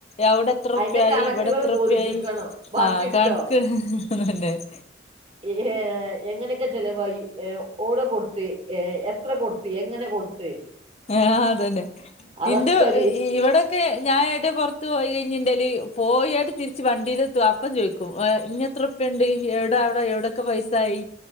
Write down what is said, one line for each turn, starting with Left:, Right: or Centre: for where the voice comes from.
Left: എഒടെത്രറുപ്പായി
Right: അതിന്റെ കണക്കുകള്
Left: ഇവിടെത്രറുപ്പായി
Right: ബോധിപ്പിക്കണം ബാക്കിയുണ്ടോ
Left: ആഹ് കണക്ക് തന്നെ <inaudible>
Right: ഏഹ് എങ്ങനെയക്കെ ചെലവായി എ എവിടെ കൊടുത്ത് എ എത്ര കൊടുത്ത് എങ്ങനെ കൊടുത്ത്
Left: ആഹ് അതന്നെ
Right: അതൊക്കെ
Left: ഇന്റെ ഇ ഇ ഇവടെ ക്കെ ഞാൻ എവിടെ പൊറത്ത് പോയി കഴിഞ്ഞൻ്റേല് പോയിക്കാട്ട് തിരിച്ച് വണ്ടിയിൽ എത്തും അപ്പം ചോദിക്കും ഇഞ്ഞ് എത്ര റുപ്യണ്ട് എവിടാ അവടെ എവിടെക്കെ പൈസ ആയി